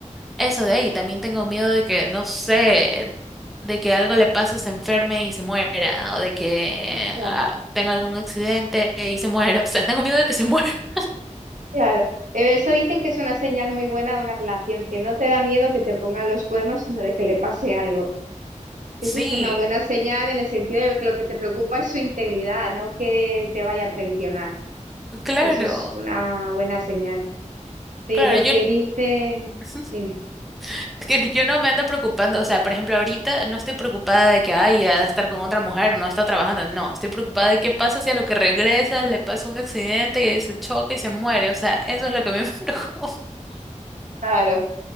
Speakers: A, in the centre; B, on the right.
A: eso de ahí, también tengo miedo de que, no sé, de que algo le pase, se enferme y se muera, o de que
B: Claro,
A: ah, tenga algún accidente y se muera. <laughs> O sea, tengo miedo de que se muera. <laughs>
B: claro. Eh, Eso dicen que es una señal muy buena de una relación, que no te da miedo que te pongan los cuernos, sino de que le pase algo.
A: Sí,
B: Eso es una buena señal en el sentido de que lo que te preocupa es su integridad, no que te vaya a traicionar.
A: claro,
B: Eso es una buena señal. Pero
A: claro, yo,
B: ¿qué dice?
A: <laughs>
B: Dime.
A: que yo no me ando preocupando, o sea, por ejemplo, ahorita no estoy preocupada de que, ay, ha de estar con otra mujer, no está trabajando, no, estoy preocupada de qué pasa si a lo que regresa le pasa un accidente y ahí se choca y se muere, o sea, eso es lo que a mí me <laughs> preocupa.
B: Claro.